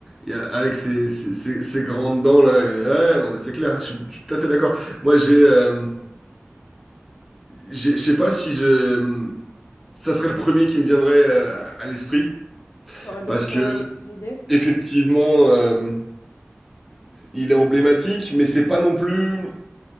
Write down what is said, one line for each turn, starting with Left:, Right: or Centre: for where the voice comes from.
Centre: il y a- avec ses, ses- ses- ses grandes dents là, et- ouais, non mais c'est clair, je suis, je suis tout à fait d'accord. Moi j'ai... euh, j'ai- je sais pas si je... Ça serait le premier qui me viendrait euh, à l'esprit,
Left: Tu aurais d'autres
Centre: parce que...
Left: euh, idées?
Centre: Effectivement, euh, il est emblématique, mais c'est pas non plus